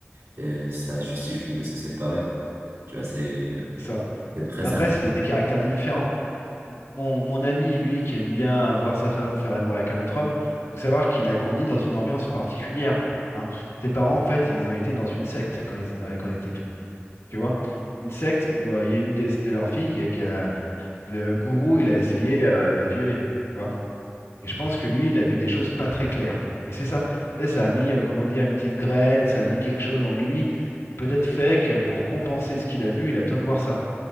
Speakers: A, on the right (about 80°); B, on the left (about 80°).
A: et ça justifie de se séparer. Tu vois, c'est
B: C'est ça.
A: c'est très
B: Après,
A: sympa.
B: c'est des, des caractères différents. Mon, mon ami, lui, qui aime bien voir sa femme faire l'amour avec un autre homme, faut savoir qu'il a grandi dans une ambiance particulière. hein. Ses parents, en fait, ils ont été dans une secte quand ils étaient, quand ils étaient tout petits. Tu vois? Une secte où euh, il y a une des- de leurs filles qui, qui a- le gourou, il a essayé euh, de la violer. Tu vois? Et je pense que lui, il a vu des choses pas très claires. Et c'est ça. Tu sais, ça a mis, euh, comment dire, une petite graine, ça a mis quelque chose en lui qui peut-être fait que pour compenser ce qu'il a vu, il a besoin de voir ça.